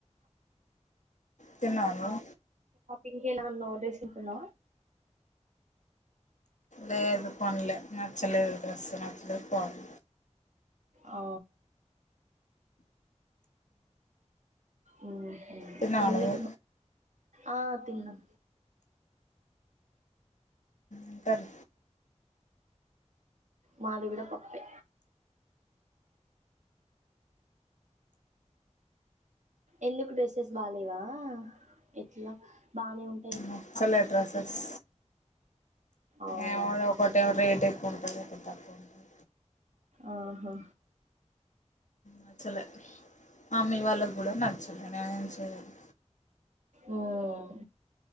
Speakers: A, on the left; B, on the right.
A: తిన్నావా నువ్వు
B: ఇంకెలా ఉన్నావు డెసులుకొన్న
A: లేదు ఫన్లే నచ్చలేదు డ్రెస్ నచ్చలేదు ఫోన్
B: ఆ ఊహు
A: తిన్నావా
B: ఎందు
A: నువ్వు
B: ఆ తిన్నం
A: ఉన్టన్
B: మాది గుడ పప్పే ఎందుకు డెస్సెస్ బాలేవా ఎట్లా బానే ఉం
A: నచ్చలే డ్రస్సెస్
B: అవునా
A: ఏమో ఒకటి రేట్ ఎక్కువ ఉంటది ఒకటి తక్కువ ఉంటది
B: ఆహా
A: నచ్చలే మమ్మీ వాళ్ళకు గుడా నచ్చలే నేనేేం చేయాలి
B: ఉమ్